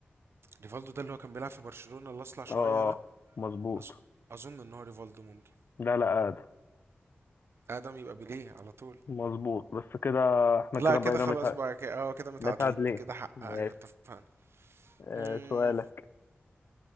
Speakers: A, on the right; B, on the left.
A: ريفالدو ده اللي هو كان بيلعب في برشلونة اللي اصلع شوية
B: اه
A: ده
B: مظبوط
A: أظ... اظن ان هو ريفالدو ممكن
B: لا لا اقدم
A: اقدم يبقى بيليه على طول
B: مظبوط بس كده احنا كده
A: لا كده
B: بقينا
A: خلاص
B: متع...
A: بقى كده اه كده متعادلين
B: متعادلين
A: كده حق
B: ماشي
A: ايوه اتفقنا
B: آه
A: مم،
B: سؤالك